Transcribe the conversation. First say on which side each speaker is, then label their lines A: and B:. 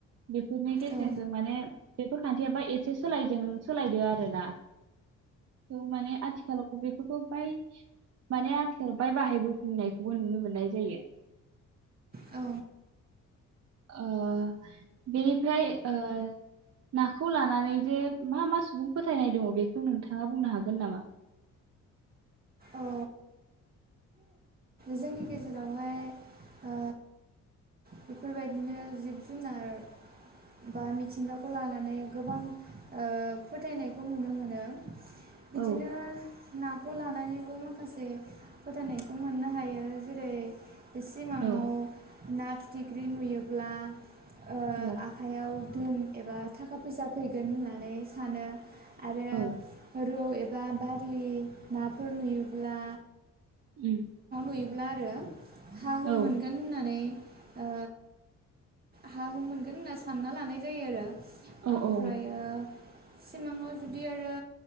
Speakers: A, on the right; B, on the right.
A: बेफोरनि गेजेरजों
B: औ
A: माने बेफोर खान्थियाबा एसे सोलायदों सोलायदो आरो ना औ माने आथिखालाव बेफोर बाय माने आथिखालाव बाय बाहायबोफिनायखौबो नुनो मोननाय जायो
B: औ
A: ओ बेनिफ्राय ओ नाखौ लानानै जे मा मा सुबुं फोथायनाय दङ बेखौ नोंथाङा बुंनो हागोन नामा
B: औ जोंनि गेजेरावहाय ओ बेफोरबायदिनो जिब जुनार बा मिथिंगाखौ लानानै गोबां ओ फोथायनायखौ नुनो मोनो बिदिनो
A: औ
B: ना खौ लानानैबो माखासे फोथायनायखौ मोननो हायो जेरै सिमाङाव
A: औ
B: ना फिथिख्रि नुयोब्ला ओ
A: औ
B: आखाइयाव दोन एबा थाखा फैसा फैगोन होननानै सानो आरो
A: औ
B: रौ ए बा बारलि नाफोर नुयोब्ला
A: उम
B: योब्ला आरो हा हु
A: औ
B: मोनगोन होननानै ओ हा हु मोनगोन होनना सानना लानाय जायो आरो
A: औ
B: ओमफ्रायो
A: औ
B: सिमाङाव जुदि आरो